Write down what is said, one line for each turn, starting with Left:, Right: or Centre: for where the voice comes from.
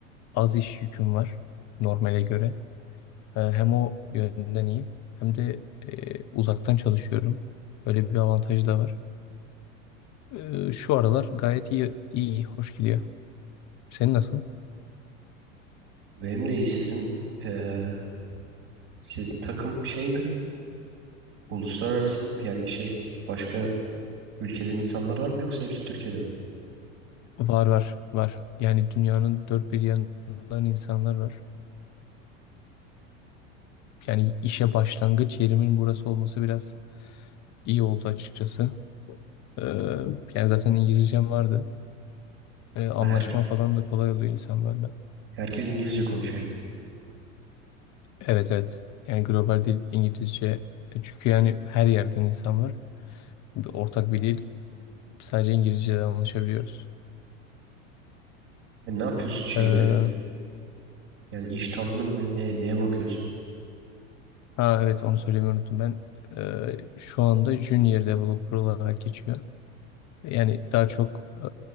Left: az iş yüküm var normale göre. E, hem o yönden iyi, hem de e, uzaktan çalışıyorum. Böyle bir avantajı da var. E, şu aralar gayet iyi, iyi, hoş gidiyor. Senin nasıl?
Right: Benim de iyi. Sizin eee, sizin takım şey mi? Uluslararası mı? Yani şey başka ülkeden insanlar var mı yoksa hepsi Türkiye'de mi?
Left: Var var var. Yani dünyanın dört bir yanından insanlar var. yani işe başlangıç yerimin burası olması biraz iyi oldu açıkçası. Ee, yani zaten İngilizcem vardı. Ee, anlaşma
Right: Ha, herke,
Left: falan da kolay oluyor insanlarla.
Right: herkes İngilizce konuşuyor yani.
Left: Evet evet. Yani global dil İngilizce. E, Çünkü yani her yerden insan var. Bir ortak bir dil. Sadece İngilizce'den anlaşabiliyoruz.
Right: E, ne yapıyorsun şeyde?
Left: Ee, hı.
Right: Yani iş tanımın ne? Ne neye bakıyorsun?
Left: ha evet onu söylemeyi unuttum. Ben e, şu anda Junior Developer olarak geçiyor. Yani daha çok e,